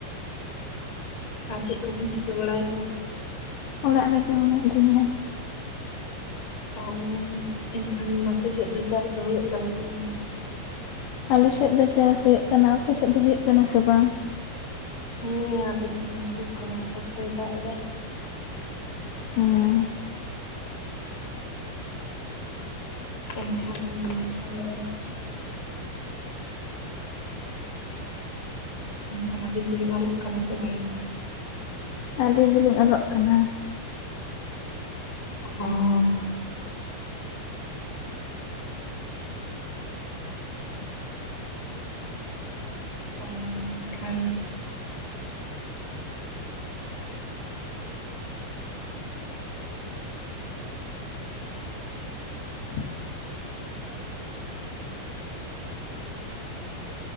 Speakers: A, on the left; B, on the left.
A: ᱟᱨ ᱪᱮᱫ ᱠᱚᱵᱤᱱ ᱪᱤᱠᱟᱹ ᱵᱟᱲᱟᱭᱮᱫᱟ?
B: ᱚᱲᱟᱜ ᱨᱮᱜᱮ ᱢᱮᱱᱟᱜ ᱞᱤᱧᱟ ᱾
A: ᱚᱻ, ᱮᱱᱠᱷᱟᱱ ᱟᱯᱮ ᱥᱮᱫ ᱫᱚ ᱪᱟᱥ ᱫᱚ ᱦᱳᱭᱳᱜ ᱠᱟᱱᱟ ᱥᱮ ᱵᱟᱝᱟ?
B: ᱟᱞᱮᱥᱮᱫ ᱫᱚ ᱪᱟᱥ ᱦᱳᱭᱳᱜ ᱠᱟᱱᱟ, ᱟᱯᱮ ᱥᱮᱫ ᱫᱚ ᱦᱳᱭᱳᱜ ᱠᱟᱱᱟ ᱥᱮ ᱵᱟᱝ?
A: ᱦᱮᱸ ᱟᱞᱮᱥᱮᱫ ᱢᱟ ᱦᱳᱭᱳᱜ ᱠᱟᱱᱟ, ᱥᱚᱠᱛᱚᱭ ᱫᱟᱜ ᱮᱫᱟ᱾
B: ᱦᱩᱸᱻ
A: ᱮᱱᱠᱷᱟᱱ ᱛᱟᱦᱞᱮ ᱚᱲᱟᱜ ᱮᱱᱠᱷᱟᱱ ᱟᱵᱤᱱ ᱫᱚᱵᱤᱱ ᱚᱞᱚᱜ ᱠᱟᱱᱟ ᱥᱮ ᱵᱟᱝᱟ?
B: ᱟᱹᱞᱤᱧ ᱫᱚᱞᱤᱧ ᱚᱞᱚᱜ ᱠᱟᱱᱟ᱾
A: ᱚᱸᱻ ᱚᱻ ᱮᱱᱠᱷᱟᱱ
B: <inaudible>